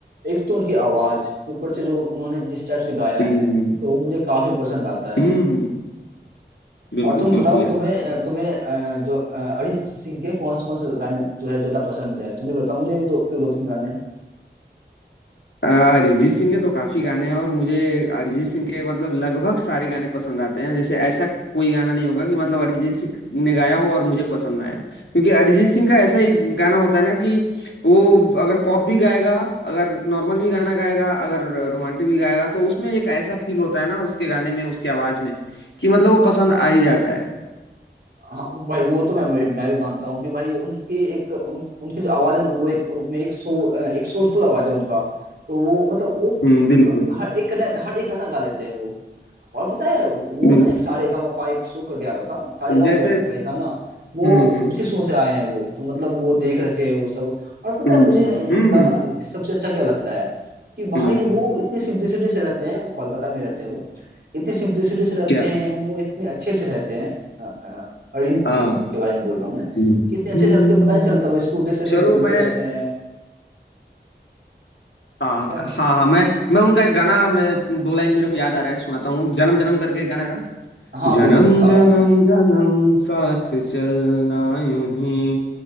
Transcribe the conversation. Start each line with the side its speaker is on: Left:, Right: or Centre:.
Right: एक तो उनकी आवाज ऊपर से जो उन्होंने जिस टाइप से गाया
Left: हम्म
Right: है तो मुझे काफी पसंद आता है
Left: हम्म बिल्कुल
Right: और तुम बताओ
Left: बिल्कुल यार
Right: तुम्हें अ, तुम्हें अ, जो अ, अरिजीत सिंह के कौन कौन से गाने जो है ज्यादा पसंद है तुम्हें बताओ मुझे एक दो दो, दो तीन गाने
Left: अ, अरिजीत सिंह के तो काफी गाने हैं और मुझे अरिजीत सिंह के मतलब लगभग सारे गाने पसंद आते हैं जैसे ऐसा कोई गाना नहीं होगा कि मतलब अरिजीत सिंह ने गाया हो और मुझे पसंद ना आया हो। क्योंकि अरिजीत सिंह का ऐसा ही गाना होता है ना कि वो अगर पॉप भी गाएगा अगर नॉर्मल भी गाना गाएगा अगर रोमांटिक भी गाएगा तो उसमें एक ऐसा फील होता है ना उसके गाने में उसकी आवाज में कि मतलब वो पसंद आ ही जाता है
Right: हाँ भाई वो तो मैं मैं भी मैं भी मानता हूँ कि भाई उनकी एक उन, उनकी जो आवाज है ना, वो एक में एक सो एक सोलफुल आवाज है उनका तो वो मतलब वो
Left: हम्म बिल्कुल
Right: हाँ, हर एक कनेक्ट हर एक गाना गा लेते हैं वो और पता है वो
Left: बिल्कुल
Right: ना एक सारेगामापा एक शो करके आता था सारेगामापा
Left: जैसे
Right: पे था ना वो
Left: हम्म हम्म
Right: उसी शो से आए हैं वो तो मतलब वो देख रखे हैं वो सब और पता
Left: हम्म
Right: है मुझे इनका
Left: हम्म हम्म
Right: ना सबसे अच्छा क्या लगता है कि भाई
Left: हम्म,
Right: वो इतनी सिंप्लिसिटी से रहते हैं वो कोलकाता में रहते हैं वो इतनी सिंप्लिसिटी से रहते
Left: क्या
Right: हैं वो इतने अच्छे से रहते हैं अ, अ, अरिजीत
Left: हाँ
Right: सिंह के बारे में बोल रहा हूँ मैं
Left: हम्म।
Right: कि इतने अच्छे
Left: हम्म।
Right: से रखते हैं पता नहीं चलता वो स्कूटी से ऐसे
Left: चलो
Right: घूमते
Left: मैं
Right: रहते हैं
Left: हाँ
Right: क्या क्या
Left: हाँ हाँ मैं मैं उनका एक गाना मैं दो लाइन मेरे को याद आ रहा है सुनाता हूँ जन्म जन्म करके गाना है ना
Right: हाँ
Left: जन्म
Right: बिल्कुल शाहरुख
Left: जन्म
Right: खान
Left: जन्म साथ चलना यूं ही